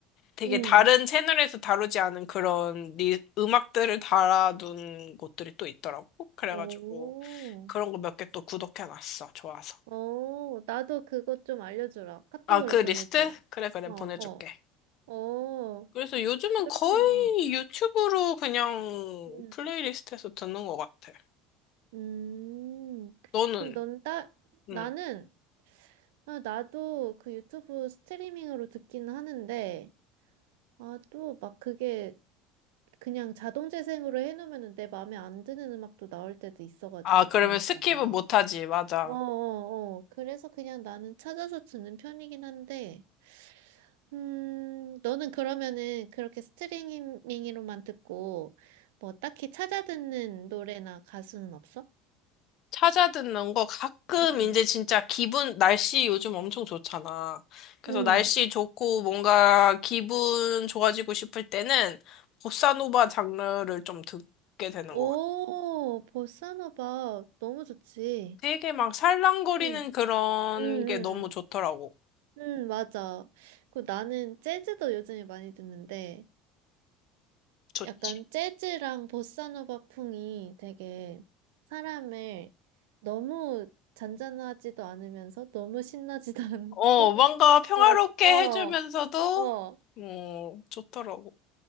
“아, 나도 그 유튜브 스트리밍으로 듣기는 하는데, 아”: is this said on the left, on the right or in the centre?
Right